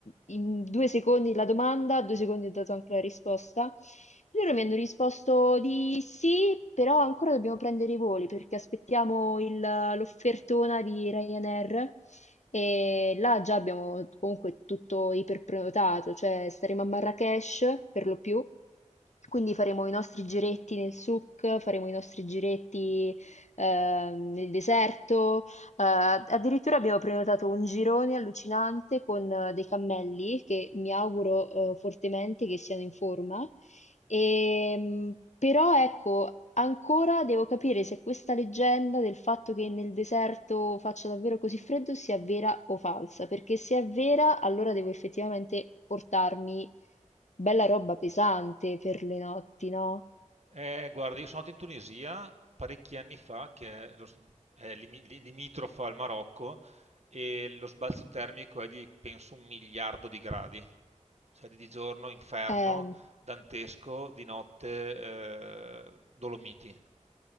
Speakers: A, on the left; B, on the right.
A: in due secondi la domanda, due secondi ho dato anche la risposta. Loro mi hanno risposto di sì, però ancora dobbiamo prendere i voli perché aspettiamo il- l'offertona di Ryanair e là già abbiamo comunque tutto iperprenotato, cioè staremo a Marrakech per lo più, quindi faremo i nostri giretti nel souk, faremo i nostri giretti eh, nel deserto, eh, addirittura abbiamo prenotato un girone allucinante con eh, dei cammelli che mi auguro eh, fortemente che siano in forma Ehm, però ecco, ancora devo capire se questa leggenda del fatto che nel deserto faccia davvero così freddo sia vera o falsa, perché se è vera, allora devo effettivamente portarmi bella roba pesante per le notti, no?
B: Eh, guarda, io sono andato in Tunisia parecchi anni fa, che è, lo s- è limi- li- limitrofa al Marocco, e lo sbalzo termico è di, penso, un miliardo di gradi. Cioè di di giorno inferno,
A: Eh,
B: dantesco, di notte eh, Dolomiti.